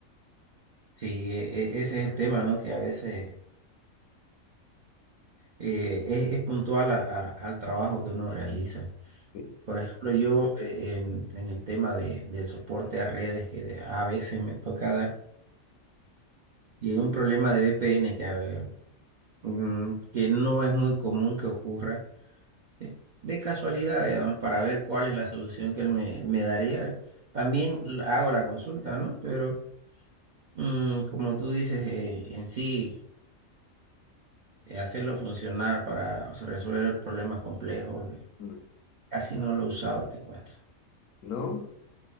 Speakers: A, on the right; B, on the left.
A: Sí, e- e- ese es el tema, ¿no? Que a veces... eh, es, es puntual a- a- al trabajo que uno realiza.
B: Sí.
A: Por ejemplo, yo eh, en, en el tema de, del soporte a redes que de- a veces me toca dar, y un problema de VPN que, eh, mm, que no es muy común que ocurra, eh, de casualidad, digamos, para ver cuál es la solución que él me, me daría. También l- hago la consulta, ¿no? Pero mm, como tú dices, eh, en sí, eh, hacerlo funcionar para o sea, resolver problemas complejos. eh,
B: Mm,
A: Casi no lo he usado, te cuento.
B: ¿No?